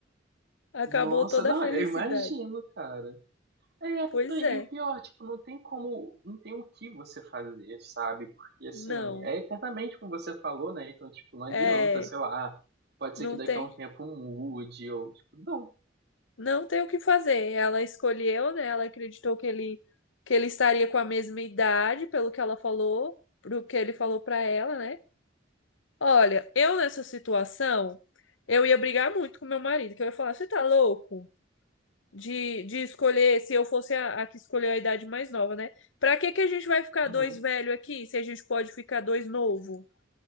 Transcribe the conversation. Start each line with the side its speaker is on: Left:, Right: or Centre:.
Left: Acabou
Right: Nossa,
Left: toda
Right: não,
Left: a felicidade.
Right: eu imagino, cara. É, t-
Left: Pois
Right: e
Left: é,
Right: o pior, tipo, não tem como, não tem o que você fazer, sabe? Porque, assim,
Left: não.
Right: é eternamente como você falou, né? Então, tipo, não adianta,
Left: É,
Right: sei lá, pode
Left: não
Right: ser que daqui
Left: tem.
Right: a um tempo mude, ou, tipo, não.
Left: não tem o que fazer. Ela escolheu, né? Ela acreditou que ele que ele estaria com a mesma idade, pelo que ela falou, pro que ele falou pra ela, né? Olha, eu nessa situação, eu ia brigar muito com meu marido, que eu ia falar, você tá louco? De, de escolher, se eu fosse a, a que escolheu a idade mais nova, né? Pra que que a gente vai ficar
Right: Uhum.
Left: dois velho aqui, se a gente pode ficar dois novo,